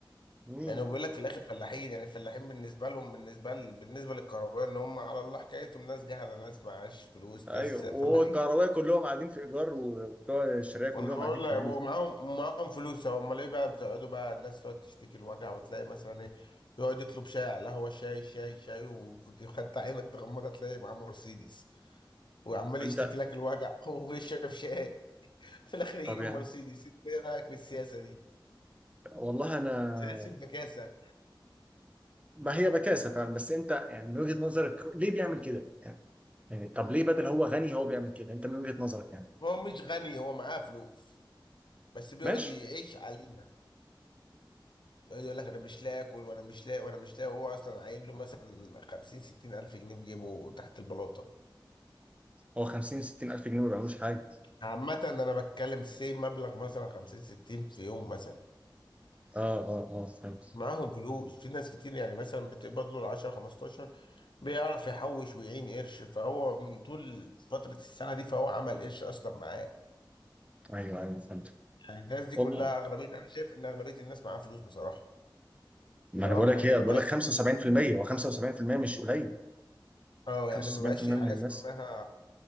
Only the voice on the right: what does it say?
مم.
ايوه
وهو الكهربائي كلهم قاعدين في ايجار وبتوع الشركه
كلهم
قاعدين في
ملك
انت
طب
يعني
والله انا
ما هي بكاسه فعلا بس انت يعني من وجهه نظرك ليه بيعمل كده؟ يعني يعني طب ليه بدل هو غني هو بيعمل كده؟ انت من وجهه نظرك يعني
ماشي
هو 50 60 الف جنيه ما بيعملوش حاجه
اه اه اه فهمت
ايوه ايوه فهمت
والله
ما
انا بقول لك
ايه
بقول لك 75% هو 75% مش قليل
75%
من الناس